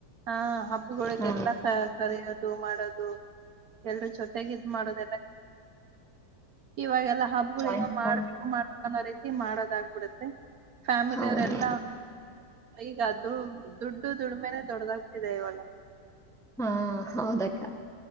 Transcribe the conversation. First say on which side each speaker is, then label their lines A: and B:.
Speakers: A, on the right; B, in the centre.
A: ಹಾ ಹಬ್ಬಗಳೊಗೆ
B: ಹಾ
A: ಎಲ್ಲ ಕ ಕರೆಯೋದು ಮಾಡೋದು ಎಲ್ರೂ ಜೊತೆಗೆ ಇದ್ ಮಾಡೋದೆಲ್ಲ ಇವಾಗೆಲ್ಲಾ ಹಬ್ಬಗಳ
B: ಜಾಯಿಂಟ್
A: ಏನೋ ಮಾಡ್ಬೇಕು
B: ಫ್ಯಾಮಿಲಿ
A: ಮಾಡ್ಬೇಕು ಅನ್ನೋ ರೀತಿ ಮಾಡೋದಾಗ್ಬಿಡತ್ತೆ ಫ್ಯಾಮಿಲಿಯ
B: ಹೌದು
A: ಅವರೆಲ್ಲ ಈಗಾದ ದು ದುಡ್ಡು ದುಡ್ಮೇನೆ ದೊಡದಾಗಬಿಟ್ಟಿದೆ ಇವಾಗ
B: ಹಾ ಹೌದಕ್ಕ